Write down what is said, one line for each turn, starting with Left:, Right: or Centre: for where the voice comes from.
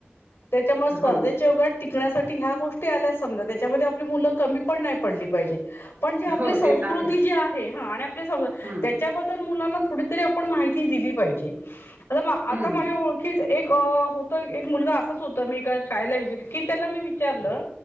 Left: त्याच्यामुळे स्पर्धेच्या
Right: हो.
Left: टिक व्यासाठी ह्या गोष्टी आल्या समजा त्याच्यामध्ये आप मुलं कमी पण नाही पडली पाहिजेत. पण जी आपली
Right: हो
Left: संस्कृती
Right: ते तर आहेच.
Left: जी आहे हा आणि आप
Right: हं,
Left: त्याच्याबददल मुलांना थोडी तर आपण माहिती दिली पाहिजे. आता ब
Right: हं,
Left: आता माझ्या ओळखिच एक -- होत एक मुलगा असंच होत मी एका शाळेला व्हिजिट की त्याला मी विचारलं